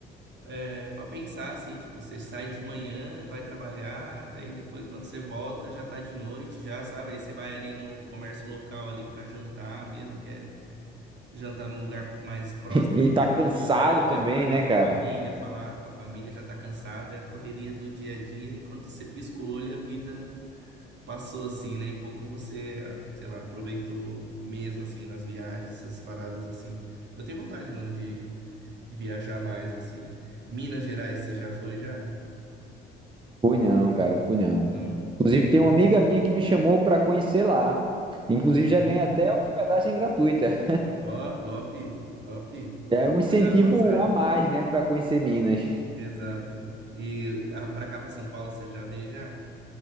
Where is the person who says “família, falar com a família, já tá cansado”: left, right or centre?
Right